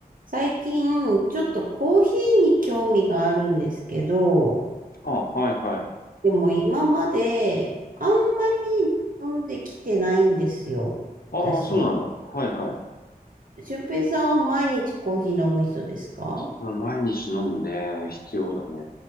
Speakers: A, on the right; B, on the left.
A: 最近、ちょっとコーヒーに興味があるんですけど、
B: あ、はいはい。
A: でも今まであんまり飲んできてないんですよ、
B: ああー、
A: 私。
B: そうなんだ。はいはい。
A: 俊平さんは毎日コーヒー飲む人ですか
B: まあ、毎日飲むね。必要だね。